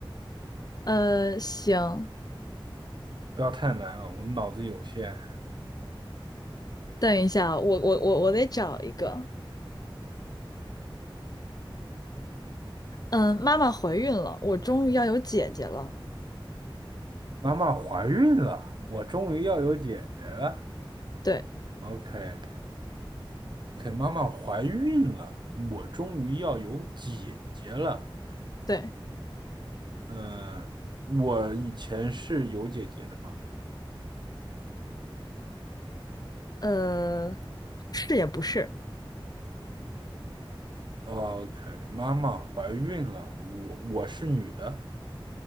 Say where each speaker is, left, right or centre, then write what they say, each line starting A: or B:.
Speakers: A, on the left (about 45°); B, on the right (about 55°).
A: 呃，行，
B: 不要太难了，我脑子有限。
A: 等一下，我我我我得找一个。嗯，妈妈怀孕了，我终于要有姐姐了。
B: 妈妈怀孕了，我终于要有姐姐了。
A: 对
B: OK，OK，妈妈怀孕了，我终于要有姐姐了。
A: 对，
B: 嗯，我以前是有姐姐的吗
A: 呃，是也不是。
B: ？OK，妈妈怀孕了，我我是女的。